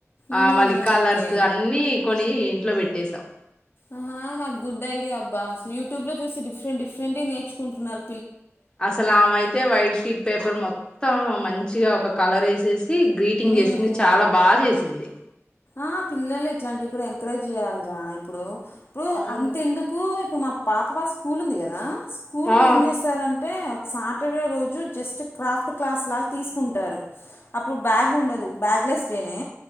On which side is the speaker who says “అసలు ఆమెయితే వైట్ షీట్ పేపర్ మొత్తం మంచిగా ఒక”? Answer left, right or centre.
Left